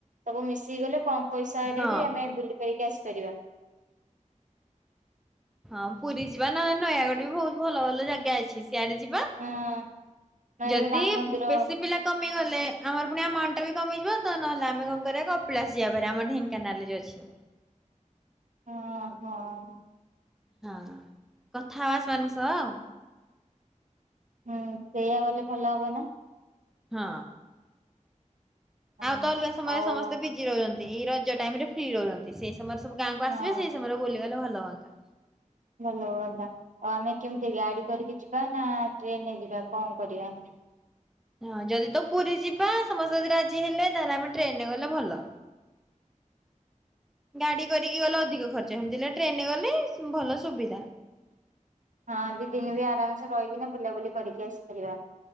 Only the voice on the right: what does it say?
ସବୁ ମିଶିକି ଗଲେ କମ୍ ପଇସାରେ
ବି ଆମେ ବୁଲି କରିକି ଆସିପାରିବା
ହଁ ନୟାଗଡ଼
ରାମ ମନ୍ଦିର
ହଁ ହଁ
ହୁଁ ସେଇଆ ଗଲେ ଭଲ ହବ ନା?
ହଁ
ଆଉ
ହଁ
ଭଲ ହୁଅନ୍ତା ଆଉ ଆମେ କେମିତି ଗାଡି କରିକି ଯିବା ନା ଟ୍ରେନ ଯିବା କଣ କରିବା ଆମେ,
ହଁ ଦି ଦିନ ବି ଆରାମସେ ରହିକିନା ବୁଲାବୁଲି କରିକି ଆସିପାରିବା,